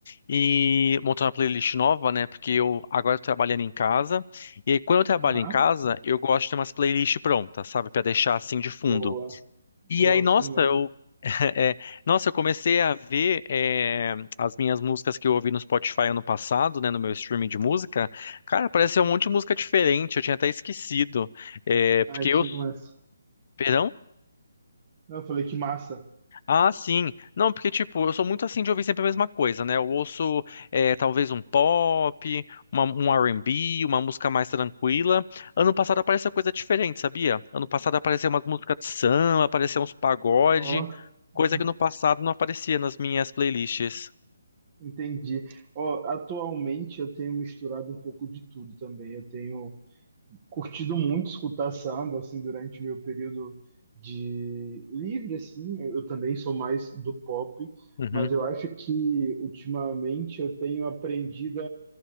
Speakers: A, on the left (about 50°); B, on the right (about 30°).
A: e montando uma playlist nova, né? Porque eu agora tô trabalhando em casa. E aí, quando eu trabalho
B: Aham,
A: em casa, eu gosto de ter umas playlists prontas, sabe? Pra deixar assim de fundo.
B: boa.
A: E
B: Gosto
A: aí, nossa,
B: também.
A: eu, <laughs> é, nossa, eu comecei a ver é, as minhas músicas que eu ouvi no Spotify ano passado, né, no meu streaming de música. Cara, apareceu um monte de música diferente, eu tinha até esquecido. É, porque
B: Ai, que
A: eu.
B: massa.
A: Perdão?
B: Não, eu falei que massa.
A: Ah, sim. Não, porque, tipo, eu sou muito assim de ouvir sempre a mesma coisa, né? Eu ouço, eh, talvez um pop, uma- um R&B, uma música mais tranquila. Ano passado apareceu coisa diferente, sabia? Ano passado apareceu uma música de samba, apareceu uns pagode,
B: Ó,
A: coisa
B: aham,
A: que no passado não aparecia nas minhas playlists.
B: entendi. Ó, atualmente eu tenho misturado um pouco de tudo também. Eu tenho curtido muito escutar samba, assim, durante meu período de livre, assim. Eu eu também sou mais do pop,
A: Uhum,
B: mas eu acho que ultimamente eu tenho aprendido